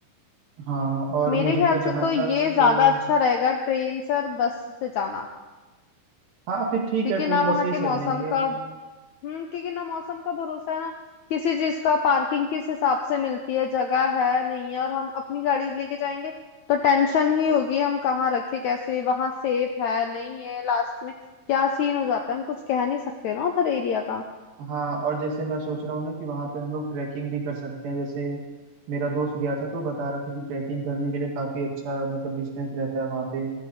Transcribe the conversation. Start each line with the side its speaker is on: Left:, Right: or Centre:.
Right: हाँ और
Left: मेरे
Right: मुझे
Left: ख्याल
Right: तो
Left: से
Right: जहाँ
Left: तो ये
Right: तक
Left: ज्यादा
Right: अ,
Left: अच्छा रहेगा ट्रेन से और बस से जाना
Right: हाँ फिर ठीक
Left: क्योंकि
Right: है ट्रेन
Left: ना
Right: बस
Left: वहाँ
Right: से ही
Left: के
Right: चल
Left: मौसम
Right: लेंगे
Left: का हम्म क्योंकि ना मौसम का भरोसा है ना किसी चीज का पार्किंग किस हिसाब से मिलती है जगह है नहीं है और हम अपनी गाड़ी लेके जाएंगे तो टेंशन ही होगी हम कहाँ रखे कैसे वहां सेफ है नहीं है लास्ट में क्या सीन हो जाता है हम कुछ कह नहीं सकते ना उधर एरिया का
Right: हाँ और जैसे मैं सोच रहा हूँ ना कि वहाँ पे हम लोग ट्रैकिंग भी कर सकते हैं जैसे मेरा दोस्त गया था तो बता रहा था कि ट्रैकिंग करने के लिए काफी अच्छा मतलब डिस्टेंस रहता है वहाँ पे